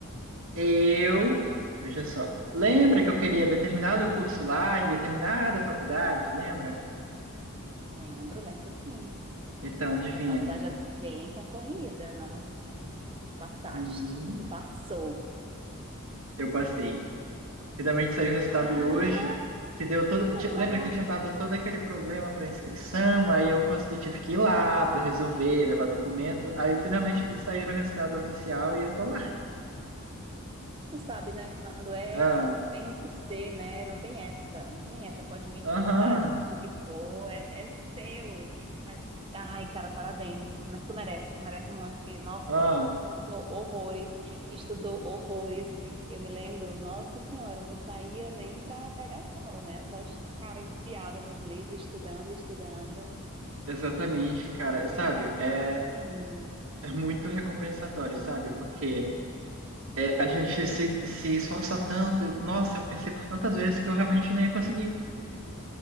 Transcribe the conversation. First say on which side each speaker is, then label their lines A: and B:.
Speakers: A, on the right; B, on the right.
A: Eu, veja só, lembra que eu queria determinado curso lá, em determinada faculdade, lembra?
B: <laughs> Lembro, lembro sim.
A: Então, adivinha?
B: Aquela faculdade é bem concorrida, não? Tu, tu passaste,
A: Hum,
B: tu passou.
A: eu passei Finalmente saiu o resultado
B: Ah,
A: hoje, que deu todo. ti-
B: parabéns!
A: Lembra que tinha dado todo aquele problema para inscrição? Aí eu, cons- eu tive que ir lá para resolver, levar documento. Aí finalmente saiu o resultado oficial e eu tô lá.
B: Mas tu sabe, né? Quando é,
A: Ah,
B: quando tem que ser, né? Não tem essa, não tem essa. Pode vir
A: aham,
B: dificuldade, o que for, é, é seu. Mas, ai, cara, parabéns. Mas tu merece, tu merece muito, porque, nossa,
A: ah,
B: esforçou horrores, estudou horrores. Eu me lembro, nossa senhora, eu não saía nem para pegar sol, né? Só esta cara enfiada nos livros, estudando, estudando.
A: exatamente, cara.
B: Parabéns!
A: Sabe, é, é muito recompensatório, sabe? Porque é, a gente se, se esforça tanto. E, nossa, eu pensei por tantas vezes que eu realmente não ia conseguir.